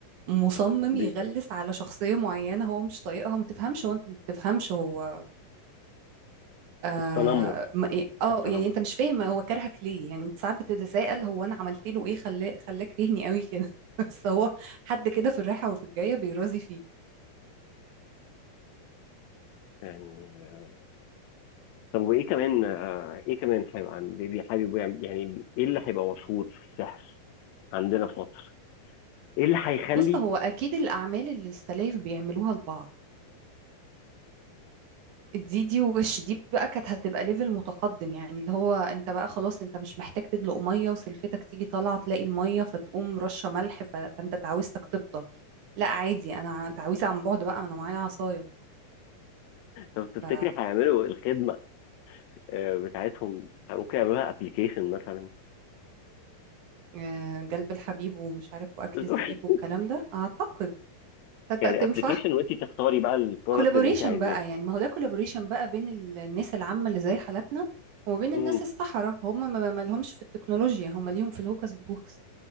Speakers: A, on the right; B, on the left.
A: مصمم
B: بي-
A: يغلس على شخصيه معينه هو مش طايقها ما تفهمش هو انت ما تفهمش هو اه
B: التنمر
A: ما- إيه، آه،
B: التنمر
A: يعني انت مش فاهم هو كرهك ليه يعني انت ساعات بتتساءل هو انا عملت له ايه خلاه خلاك كرهني قوي كده <laughs> بس هو حد كده في الرايحه وفي الجايه بيرازي فيه
B: يعني آه، طب وايه كمان آه، ايه كمان هيبقى عن- بي- بي- حابب يعمل- يعني ايه اللي هيبقى مشهور في السحر عندنا في مصر؟ ايه اللي هيخلي
A: بص هو اكيد الاعمال اللي السلايف بيعملوها لبعض دي دي وش دي بقى كانت هتبقى ليفل متقدم يعني اللي هو انت بقى خلاص انت مش محتاج تدلق ميه وسلفتك تيجي طالعه تلاقي الميه فتقوم رشه ملح ف... فانت تعويذتك تبطل لا عادي انا تعويذه عن بعد بقى انا معايا عصايه
B: لو تفتكري
A: ف
B: هيعملوا الخدمه آه، بتاعتهم ممكن يعملوها ابلكيشن مثلا
A: آه، جلب الحبيب ومش عارف واكل
B: <laughs>
A: الزبيب والكلام ده اعتقد تصدق
B: يعني
A: تنفع
B: ابلكيشن وانت تختاري بقى البرودكت
A: كولابوريشن
B: اللي انت عايزاه
A: بقى يعني ما هو ده كولابوريشن بقى بين ال- الناس العامة اللي زي حالاتنا وبين
B: مم.
A: الناس الصحراء هم ما ما لهمش في التكنولوجيا هم ليهم في الهوكس بوكس